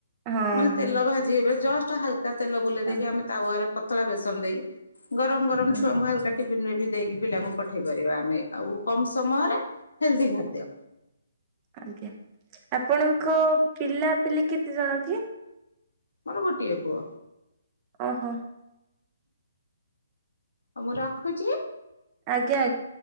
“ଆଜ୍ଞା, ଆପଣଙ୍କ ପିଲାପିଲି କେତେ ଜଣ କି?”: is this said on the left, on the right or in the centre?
Right